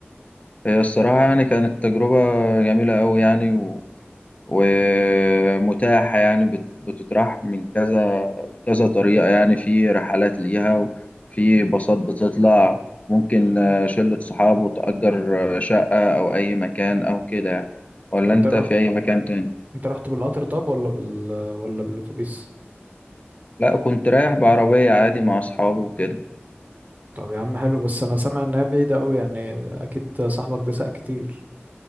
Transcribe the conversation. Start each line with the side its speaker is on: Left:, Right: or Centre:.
Left: هي الصراحة يعني كانت تجربة جميلة أوي يعني ومتاحة يعني بت- بتتراح من كذا كذا طريقة يعني في رحلات ليها وفي باصات بتطلع ممكن آه، شلة صحاب وتأجر آه، شقة أو أي مكان أو كده يعني ولا
Right: انت
Left: أنت
Right: رح...
Left: في أي مكان تاني؟
Right: انت رحت بالقطر طب ولا بال ولا بالاتوبيس
Left: لا كنت رايح بعربية عادي مع أصحابي وكده
Right: طب يا عم حلو بس انا سامع انها بعيده قوي يعني اكيد صاحبك ده ساق كتير